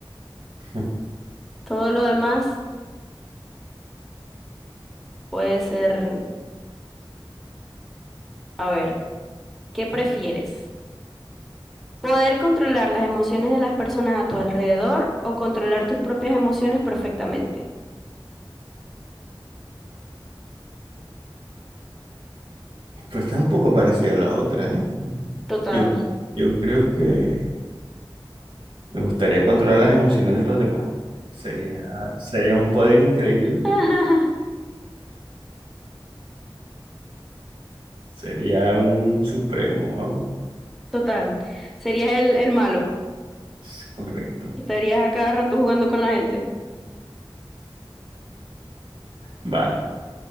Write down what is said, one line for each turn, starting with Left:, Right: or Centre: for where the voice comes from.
Right: <laughs>
Centre: Todo lo demás puede ser, a ver, ¿qué prefieres? ¿Poder controlar las emociones de las personas a tu alrededor o controlar tus propias emociones perfectamente?
Right: Pues está un poco parecida a la otra, ¿eh?
Centre: Total.
Right: Yo, yo creo que Me gustaría controlar las emociones de los demás. Sería, sería un poder increíble.
Centre: <laughs>
Right: Sería un supremo, vamos.
Centre: Total. Serías el, el malo.
Right: Es correcto.
Centre: Estarías a cada rato jugando con la gente.
Right: Vale.